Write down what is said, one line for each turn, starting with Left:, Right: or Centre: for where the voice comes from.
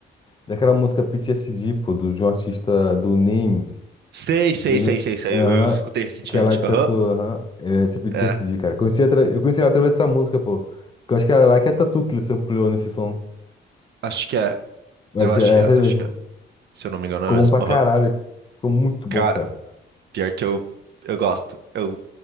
Left: Daquela música PTSD, pô, do, de um artista do Names.
Right: Sei, sei,
Left: E
Right: sei,
Left: ela-
Right: sei, sei.
Left: Aham,
Right: Eu escutei recentemente.
Left: que é lá que
Right: Aham.
Left: tatuou, aham. É, esse PTSD,
Right: É,
Left: cara. Conheci atra... Eu conheci ela através dessa música, pô. Que eu acho que era lá que é a Tatu que ele sampleou nesse som.
Right: acho que é.
Left: Eu
Right: Eu
Left: acho
Right: acho
Left: que é
Right: que
Left: essa
Right: é,
Left: aí
Right: acho
Left: mesmo.
Right: que é. Se eu não me engano,
Left: Ficou
Right: é mesmo.
Left: bom pra caralho.
Right: Aham.
Left: Ficou muito bom,
Right: Cara,
Left: cara.
Right: Pior que eu, eu gosto. Eu,